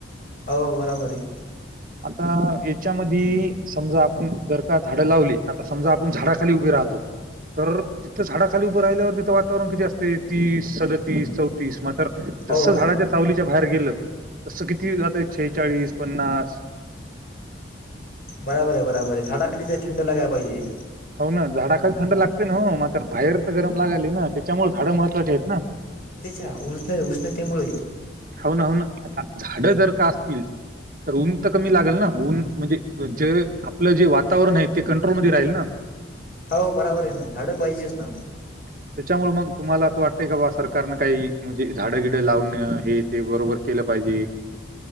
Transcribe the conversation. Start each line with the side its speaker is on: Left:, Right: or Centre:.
Left: हो बरोबर आहे
Right: आता याच्यामध्ये समजा आपण जर का झाडं लावली आता समजा आपण झाडाखाली उभे राहतो तर तिथं झाडा खाली उभं राहिल्यावर तिथं वातावरण किती असते ती सदत तीस चौतीस मग जस
Left: हो
Right: झाडाच्या
Left: हो
Right: सावलीच्या बाहेर गेलं तस किती जातय शेचाळीस पन्नास
Left: बराबर आहे बराबर आहे झाडाखाली ते थंड लागाला पाहिजे
Right: हो ना झाडाखाली थंड लागते ना हो मात्र बाहेर तर गरम लागाली ना त्याच्यामुळे झाडं महत्वाची आहेत ना
Left: त्या उष्ण उष्णतेमुळे
Right: हो ना हो ना आता झाडं जर का असतील तर ऊन तर कमी लागल ना ऊन म्हणजे जे आपलं जे वातावरण आहे ते कंट्रोलमध्ये राहील ना
Left: हो बराबर आहे ना झाडं पाहिजेच ना
Right: त्याच्यामुळ मग तुम्हाला असं वाटतय का बा सरकारन काही म्हणजे झाडंगिड लावून हे ते बरोबर केलं पाहिजे.